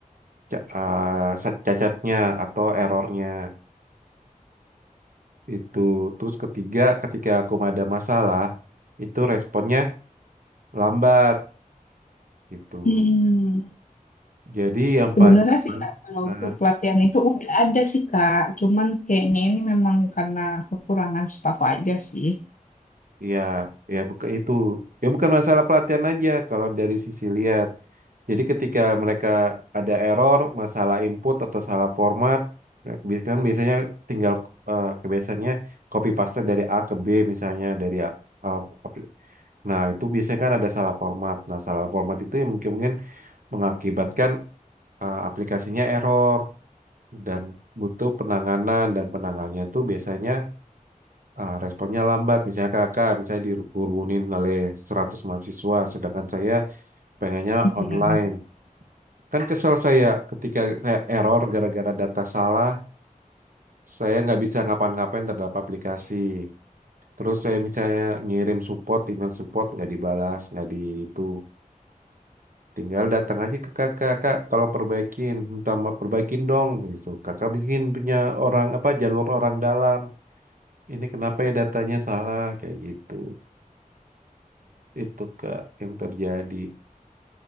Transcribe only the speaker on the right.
ca- eh, sa- cacatnya atau errornya itu. Terus ketiga, ketika aku ada masalah itu responnya lambat gitu.
Jadi yang
paling aman,
nah,
Ya, ya bukan itu. Ya bukan masalah pelatihan aja kalau dari sisi lihat. Jadi ketika mereka ada error, masalah input atau salah format, mereka bi- kan biasanya tinggal eh, kebiasaannya copy paste dari A ke B misalnya dari A, A- apli- Nah, itu biasanya kan ada salah format. Nah, salah format itu yang mungkin-mungkin mengakibatkan eh, aplikasinya error dan butuh penanganan dan penanganannya itu biasanya ah, responnya lambat. Misalnya kakak, misalnya dikerumunin oleh 100 mahasiswa, sedangkan saya pengennya
online. Kan kesel saya ketika saya error gara-gara data salah, saya nggak bisa ngapain-ngapain terhadap aplikasi. Terus saya misalnya ngirim support, email support nggak dibalas, nggak di itu. Tinggal datang aja ke kakak, kak, tolong perbaikin, minta ma- perbaikin dong gitu. Kakak mungkin punya orang apa jalur orang dalam. Ini kenapa ya datanya salah kayak gitu. itu Kak yang terjadi.